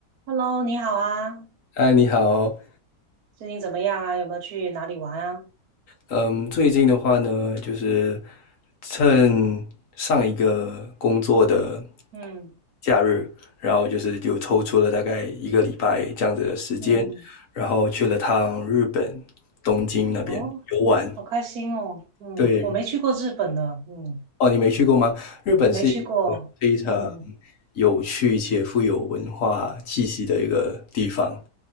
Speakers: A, on the right; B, on the left.
A: Hello，你好啊，
B: 嗨，你好。
A: 最近怎么样啊？有没有去哪里玩啊？
B: 嗯，最近的话呢，就是趁上一个工作的
A: 嗯
B: 假日，然后就是就抽出了大概一个礼拜这样子的时间，
A: 嗯，
B: 然后去了趟日本东京那边游玩。
A: 哦，好开心哦。嗯，
B: 对，
A: 我没去过日本呢。嗯，
B: 哦，你没去过吗？日本是一个非常
A: 没去过。嗯
B: 有趣且富有文化气息的一个地方。